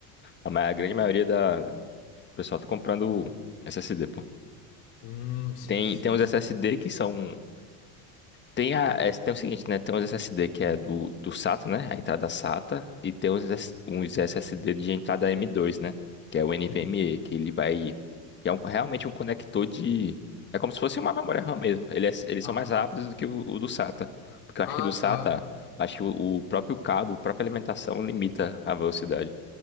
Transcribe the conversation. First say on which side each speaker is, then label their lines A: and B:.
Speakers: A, on the left; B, on the left.
A: a, ma- a grande maioria da o pessoal tá comprando SSD, pô.
B: Hum, sim,
A: Tem,
B: sim,
A: tem uns
B: sim.
A: SSD que são Tem, a, é, tem o seguinte, né? Tem os SSD que é do, do SATA, né? A entrada SATA. E tem uns, S- uns SSD de entrada M2, né? Que é o NVMe,
B: Hum.
A: que ele vai. Que é um- realmente um conector de. É como se fosse uma memória RAM mesmo. Ele é- eles
B: Ah,
A: são mais rápidos do que o, o do SATA. Porque
B: ah,
A: eu acho que do SATA,
B: tá.
A: acho que o, o próprio cabo, a própria alimentação limita a velocidade.